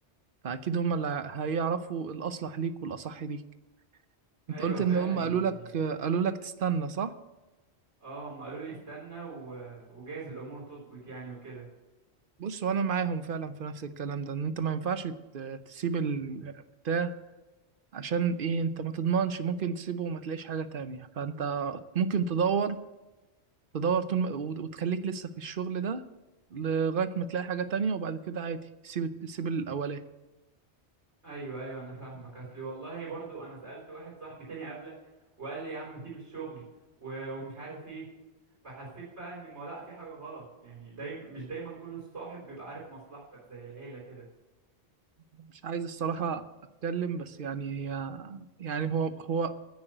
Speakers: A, on the right; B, on the right.
A: فأكيد هما اللي هيعرفوا الأصلح ليك والأصح ليك أنت
B: ايوه
A: قلت
B: فعلا
A: إن هما
B: يعني
A: قالوا لك آه، قالوا لك تستنى صح؟
B: اه هم قالوا لي استنى و... وجايز الامور تظبط يعني وكده
A: بص وانا معاهم فعلا في نفس الكلام ده ان انت ما ينفعش ت- تسيب البتاع عشان ايه انت ما تضمنش ممكن تسيبه وما تلاقيش حاجة تانية فانت ممكن تدور تدور طول ما وت- وتخليك لسه في الشغل ده لغاية ما تلاقي حاجة تانية وبعد كده عادي سيب سيب الأولاني
B: ايوه ايوه انا فاهمك اصلي والله برضو انا سالت واحد صاحبي تاني قبلك وقال لي يا عم سيب الشغل و... ومش عارف ايه فحسيت بقى ان ما لا في حاجه غلط يعني دايما مش دايما كل الصاحب بيبقى عارف مصلحتك زي العيله كده
A: مش عايز الصراحة أتكلم بس يعني يعني هو هو